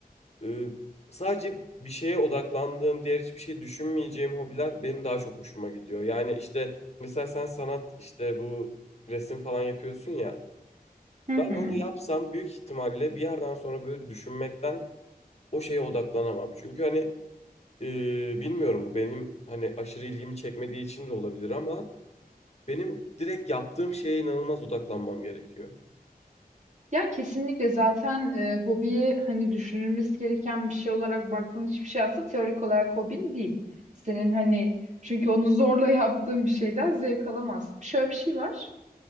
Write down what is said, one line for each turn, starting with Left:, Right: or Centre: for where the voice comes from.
Left: E, sadece bir şeye odaklandığım, diğer hiçbir şey düşünmeyeceğim hobiler benim daha çok hoşuma gidiyor. Yani işte mesela sen sanat işte bu resim falan yapıyorsun ya.
Right: Hı
Left: Ben
Right: hı.
Left: onu yapsam büyük ihtimalle bir yerden sonra böyle düşünmekten o şeye odaklanamam. Çünkü hani e, bilmiyorum bu benim hani aşırı ilgimi çekmediği için de olabilir ama benim direkt yaptığım şeye inanılmaz odaklanmam gerekiyor.
Right: Ya kesinlikle zaten e, hobiyi hani düşünülmesi gereken bir şey olarak baktığın hiçbir şey aslında teorik olarak hobin değil. Senin hani çünkü onu zorla yaptığın bir şeyden zevk alamazsın. Şöyle bir şey var.